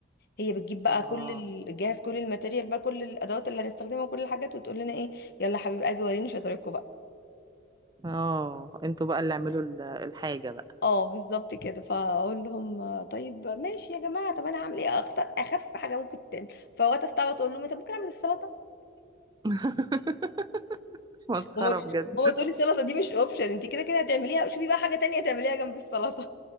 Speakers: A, on the left; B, on the right.
A: هي بتجيب بقى
B: اه
A: كل ال- جاهز كل الماتيريال بقى كل الادوات اللي هنستخدمها وكل الحاجات وتقول لنا ايه يلا حبيب قلبي وريني شطارتكم بقى
B: اه انتوا بقى اللي اعملوا ال- الحاجه بقى
A: اه بالظبط كده فاقول لهم آه، طيب ماشي يا جماعه طب انا هعمل ايه اختار اخف حاجه ممكن تعمل فوقت استعبط اقول لهم إيه، طب ممكن اعمل السلطه
B: <laughs> مسخره
A: هما
B: بجد
A: هما تقولي السلطه دي مش اوبشن انت كده كده هتعمليها شوفي بقى حاجه تانية تعمليها جنب السلطه